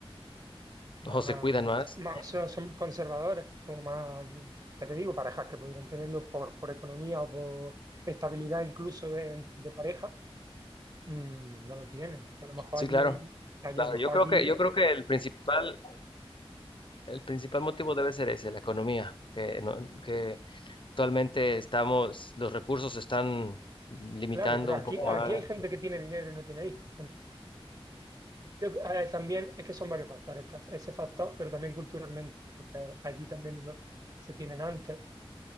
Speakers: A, on the right (about 40°); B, on the left (about 55°).
A: más-
B: o se cuidan más.
A: más- son, son conservadores, o más, ya te digo, parejas que pudieran tenerlo por, por economía o por estabilidad incluso de, de pareja, mm, no lo tienen. Y a lo mejor
B: Sí,
A: allí,
B: claro.
A: en- allí-
B: Claro,
A: a lo mejor
B: yo creo
A: allí,
B: que, yo creo que el principal, el principal motivo debe ser ese, la economía, que, no- que actualmente estamos, los recursos se están limitando
A: claro, pero aquí,
B: un poco
A: aquí
B: más.
A: hay gente que tiene dinero y no tiene hijos, Yo, a también es que son varios factores, está ese factor, pero también culturalmente, porque allí también lo- se tienen antes,